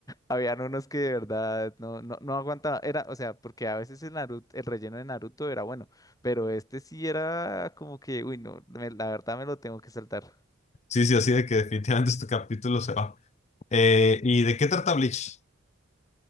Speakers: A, on the left; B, on the left.
A: Habían unos que de verdad no, no, no aguantaba, era, o sea, porque a veces el Naruto, el relleno de Naruto era bueno, pero este sí era como que, uy, no, me- la verdad me lo tengo que saltar.
B: Sí, sí, así de que definitivamente este capítulo se va. Eh, ¿y de qué trata Bleach?